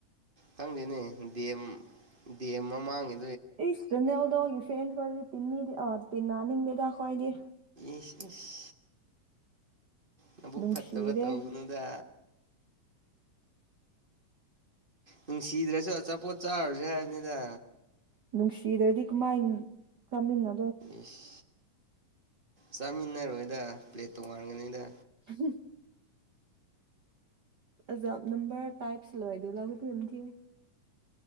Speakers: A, on the right; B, on the right.
A: ꯈꯪꯗꯦꯅꯦ ꯗꯦꯝ ꯗꯤ ꯑꯦꯝ ꯃꯃꯥꯡꯒꯤ
B: ꯏꯁ ꯔꯣꯅꯦꯜꯗꯣ ꯍꯣꯏꯒꯤ ꯐꯦꯟꯁ ꯑꯣꯏꯗꯤ ꯇꯤꯟꯅꯤꯗꯤ ꯑꯣ ꯇꯤꯟꯅꯥ ꯅꯤꯡꯗꯦꯗ ꯑꯈꯣꯏꯗꯤ
A: ꯏꯁ ꯏꯁ ꯅꯕꯨꯛ
B: ꯅꯨꯡꯁꯤꯔꯦ
A: ꯐꯠꯇꯕ ꯇꯧꯒꯅꯨꯗ ꯅꯨꯡꯁꯤꯗ꯭ꯔꯁꯨ ꯑꯆꯥꯄꯣꯠ ꯆꯥꯔꯨꯁꯦ ꯍꯥꯏꯕꯅꯤꯗ
B: ꯅꯨꯡꯁꯤꯗ꯭ꯔꯗꯤ ꯀꯃꯥꯏꯟ ꯆꯥꯃꯤꯟꯅ
A: ꯏꯁ ꯆꯥꯃꯤꯟꯅꯔꯣꯏꯗ ꯄ꯭ꯂꯦꯠ ꯇꯣꯉꯥꯟꯒꯅꯤꯗ
B: <unintelligible> ꯑꯖꯚ ꯅꯝꯕꯔ ꯇꯥꯏꯞꯁ ꯂꯣꯏꯗꯅꯕ <unintelligible>